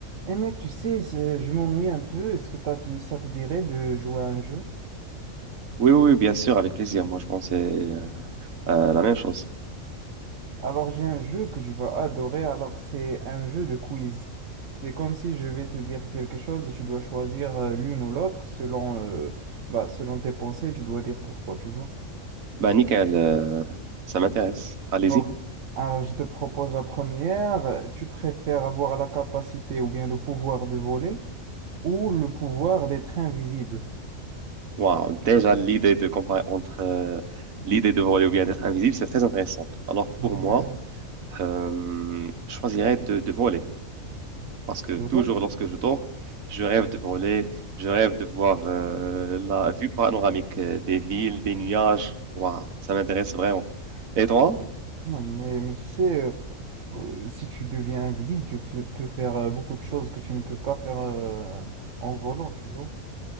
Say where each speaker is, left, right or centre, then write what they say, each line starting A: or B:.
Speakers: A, on the right; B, on the right.
A: Eh mec, tu sais, c'est- je m'ennuie un peu. Est-ce que t'as te- ça te dirait de jouer à un jeu?
B: Oui, oui, bien sûr, avec plaisir. Moi, je pensais euh, à la même chose.
A: Alors, j'ai un jeu que tu vas adorer. Alors, c'est un jeu de quiz. C'est comme si je vais te dire quelque chose et tu dois choisir euh, l'une ou l'autre selon, euh, bah, selon tes pensées. Tu dois dire pourquoi, tu vois.
B: Bah, nickel, euh, ça m'intéresse. Allez-y.
A: Ok. Alors, je te propose la première. Euh, Tu préfères avoir la capacité ou bien le pouvoir de voler ou le pouvoir d'être invisible?
B: Waouh, déjà, l'idée de comparer entre euh, l'idée de voler ou bien d'être invisible, c'est très intéressant. Alors, pour
A: <laughs> Ah, mais,
B: moi,
A: euh,
B: euh, je choisirais de, de voler. Parce que
A: c'est
B: toujours
A: drôle.
B: lorsque je dors, je rêve de voler, je rêve de voir euh, la vue panoramique euh, des villes, des nuages. Waouh, ça m'intéresse vraiment. Et toi?
A: Non, Mais, mais tu sais. euh, Euh, Si tu deviens invisible, tu fais- peux faire euh, beaucoup de choses que tu ne peux pas faire euh, en volant, tu vois.